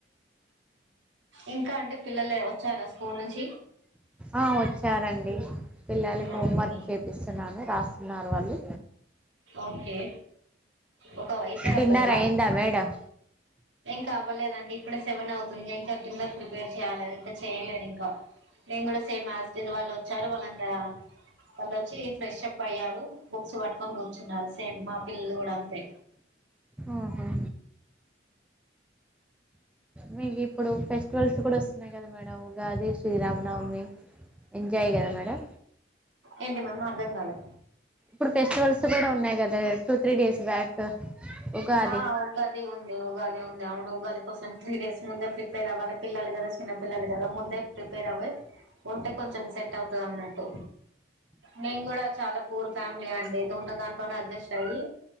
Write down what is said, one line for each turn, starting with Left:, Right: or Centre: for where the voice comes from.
Right: ఇంకా అండి పిల్లలే వచ్చారా స్కూల్ నుంచి
Centre: ఆ వచ్చారండి పిల్లలకి
Right: ఓకే
Centre: హోంవర్క్ చేపిస్తున్నాను రాస్తున్నారు వాళ్ళు
Right: ఓకే ఒక ఇద్దరు
Centre: డిన్నర్
Right: అబ్బాయిలా
Centre: అయిందా మేడం
Right: ఇంకా అవ్వలేదండి ఇప్పుడు సెవన్ అవు తుంది. ఇప్పుడు ఇంకా డిన్నర్ ప్రిపేర్ చేయాలదు ఇంకా చెయలేదు ఇంకా నేను కూడా సేమ్ అస్ ఇట్ ఇస్ వాళ్ళు వచ్చారు వాళ్ళని వాళ్ళు వచ్చి ఫ్రెష్ప్ అయ్యారు బుక్స్ పట్కొని కూర్చున్నారు. సేసేమ్ మా పిల్లలు కూడా అంతే
Centre: ఆహా! మీకు ఇప్పుడు ఫెస్టివల్స్ కూడా వస్ ఉన్నాయి కద మేడం ఉగాది శ్రీరామనవమి ఎంజాయ్ కదా మేడం.
Right: ఏంటి మేమ్ అర్ధం కాలే.
Centre: ఇప్పుడు ఫెస్టివల్స్ కూడా ఉన్నాయి కదా టూ త్రీ డేస్ బ్యాక్ ఉగాది
Right: ఆ ఉగాది ఉంది ఉగాది ఉంది అవును ఉగాది కోసం త్రీ డేస్ ముందే ప్రిపే పేర్ అవ్వాలే పిల్లలు కదా చిన్న పిల్లలు కదా ముందే ప్రిపేర్ అవ్వి ఉంటే కొంచెం సెట్ అవుతదన్నట్టు మేము కూడా చాలా పూర్ ఫ్యామిలీ అండి. ఏదో ఉన్న దాంట్లోనే అడ్జస్ట్ అయి